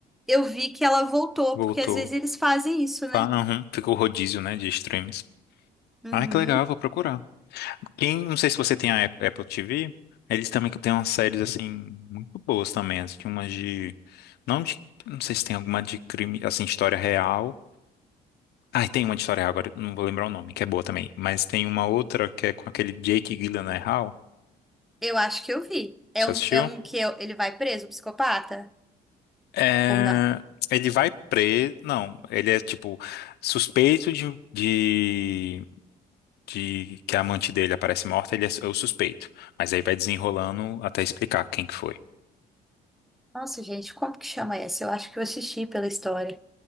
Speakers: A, in the centre; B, on the left.
A: eu vi que ela voltou,
B: Voltou.
A: porque às vezes eles fazem isso, né?
B: Ah, uhum. Ficou rodízio, né, de streams.
A: Uhum.
B: Ai, que legal, vou procurar. Quem, não sei se você tem a Apple Apple TV, eles também que têm umas séries assim muito boas também, assim, tinha umas de não de, não sei se tem alguma de crime, assim, história real. Ah, tem uma de história real agora, não vou lembrar o nome, que é boa também, mas tem uma outra que é com aquele Jake Gyllenhaal.
A: Eu acho que eu vi. É
B: Você
A: um,
B: assistiu?
A: é um que eu- ele vai preso, o psicopata?
B: É,
A: Ou não?
B: ele vai preso, não, ele é tipo suspeito de, de, de que a amante dele aparece morta, ele é é o suspeito, mas aí vai desenrolando até explicar quem que foi.
A: Nossa, gente, como que chama essa? Eu acho que eu assisti pela história.